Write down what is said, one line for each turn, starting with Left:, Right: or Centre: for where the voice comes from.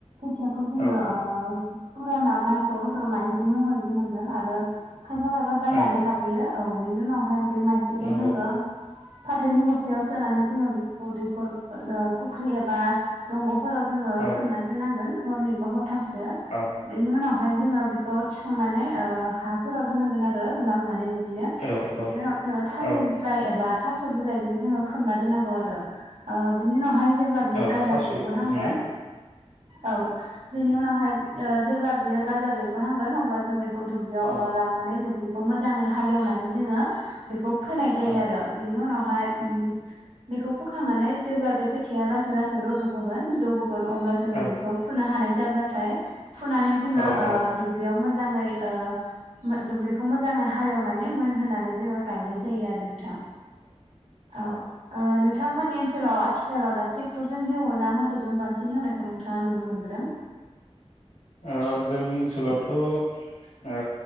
Right: थाखौ जोंङो
Left: औ
Right: ओ फुराना माइखौ जों माइग्लिमहरै दोननांगोन आरो खायफा खायफा बायनानै
Left: औ
Right: लाबोयो। औ बिनो नावहाय बे माइज्लिखौ
Left: नंगौ
Right: जोंङो फाथोनि बस थोयाव सोनानै जोंङो बे अ दैखर ओ फुख्रि ए बा दंग' फोराव जोंङो
Left: औ
Right: सोमनानै दोननांगोन। हरनै बा हर थामसो
Left: औ
Right: बेनि उनावहाय जोंङो बेखौ थिखांनानै ओ हा फोराव दोननांगोन आरो लामनानै दिनो
Left: औ
Right: बिनि
Left: औ
Right: उनाव जोंङो थालिर
Left: औ
Right: बिलाइ एबा थास' बिलाइजों जोंङो खोमना दोननांगौ आरो ओ बिनि उनाव हाय जेब्ला बेयो
Left: औ
Right: गाजा
Left: थास'
Right: बेरबोहांगोन
Left: ना
Right: औ बेनि उनावहाय ओ जेब्ला बियो गाजा बेरबोहांगोन अब्ला जों बे ओ दुब्लियाव
Left: औ औ
Right: ओ लांनानै दुब्लि खौ मोजांङै हालेवनानै जोंङो बेखौ फोनाय जायो
Left: औ
Right: आरो, बेनि उनावहाय ओम बेखौ फोखांनानै जेब्ला बे खोथाया लासै लासै रज'बोगोन जौबो गोन अब्ला जोंङो
Left: औ
Right: बेखौ हानाय जाब्लाथाय फुनानै जोंङो
Left: औ
Right: ओ
Left: औ
Right: दुब्लियाव मो जांङै ओ मो दुब्लिखौ मोजांङै हालेवनानै मोनहोनानै जोंङो गायनाय जायो आरो नोंथां। औ ओ नोंथांमोननि ओनसोलाव आथिखालाव दा थिब टरजों हेवो ना मोसौजों बांसिन हेवनायखौ नोंथांङा नुनो मोन बोदों?
Left: ओ जोंनि ओनसोलावथ ओ